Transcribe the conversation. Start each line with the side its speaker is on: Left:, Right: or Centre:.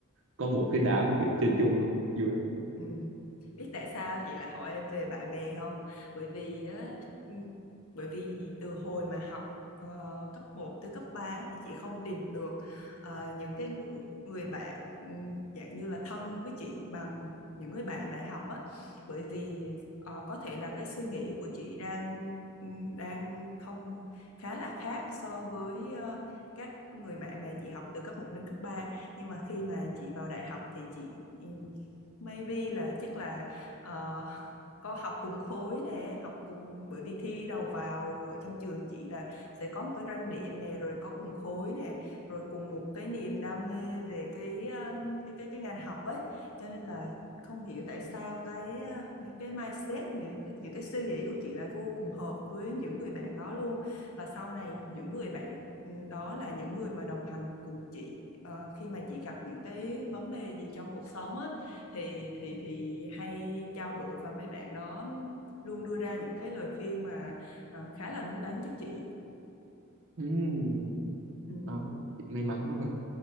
Right: có một cái đám kiểu chơi chung á vui lắm
Left: Ừ. Biết tại sao chị lại hỏi em về bạn bè không? Bởi vì á, ừ, bởi vì từ hồi mà học ờ, cấp một tới cấp 3 thì chị không tìm được ờ, những cái ng- người bạn ừ, dạng như là thân với chị bằng những người bạn đại học á. Bởi vì ờ, có thể là cái suy nghĩ của chị đang ừ, đang không khá là khác so với ờ, các người bạn mà chị học từ cấp một đến cấp 3. nhưng mà khi mà chị vào đại học thì chị ừ, Maybe là chắc là ờ, có học cùng khối nè, học cùng bởi vì thi đầu vào ở trong trường chị là sẽ có một cái ranh điểm nè, rồi có cùng khối nè, rồi cùng một cái niềm đam mê về cái um, cái cái cái ngành học ấy, cho nên là không hiểu tại sao cái uh, mấy cái mindset những những cái suy nghĩ của chị lại vô cùng hợp với những người bạn đó luôn và sau này những người bạn ừ, đó là những người mà đồng hành cùng chị ờ, khi mà chị gặp những cái vấn đề gì trong cuộc sống á thì thì thì hay trao đổi và mấy bạn đó luôn đưa ra những cái lời khuyên mà ờ, khá là đúng đắn cho chị
Right: Ừm,
Left: ừ.
Right: rồi, may mắn quá hả